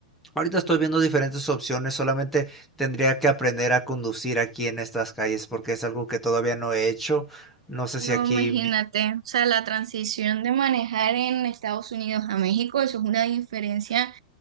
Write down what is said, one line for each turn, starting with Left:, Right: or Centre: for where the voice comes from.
Centre: ahorita estoy viendo diferentes opciones, solamente tendría que aprender a conducir aquí en estas calles porque es algo que todavía no he hecho. No sé
Right: No,
Centre: si aquí,
Right: imagínate,
Centre: me-
Right: o sea, la transición de manejar en Estados Unidos a México, eso es una diferencia